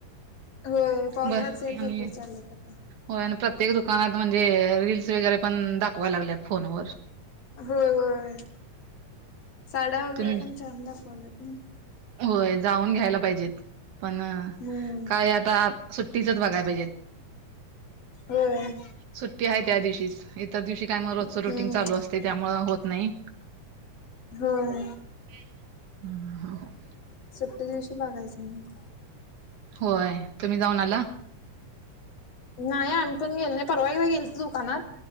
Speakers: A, on the left (about 55°); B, on the right (about 70°).
A: होय पावसाळ्यात
B: बर
A: सेल
B: आणि
A: भरपूर चालू आहेत आता.
B: होय आणि प्रत्येक दुकानात म्हणजे रिल्स वगैरे पण दाखवाय लागलेत फोनवर.
A: होय होय साड्या वगैरे
B: तुम्ही
A: पण छान दाखवलेत.
B: होय जाऊन घ्यायला पाहिजेत पण
A: हम्म
B: काय आता सुट्टीच च बघाय पाहिजेत.
A: होय!
B: सुट्टी आहे त्या दिवशीच इतर दिवशी काय मग रोजच
A: हम्म
B: रुटीन चालू असतंय त्यामुळ होत नाही.
A: होय!
B: <unintelligible>
A: सुट्टी दिवशी बघायचं मग.
B: होय तुम्ही जाऊन आला?
A: नाही आमी पण गेलो नाही परवा एकदा गेलतो दुकानात.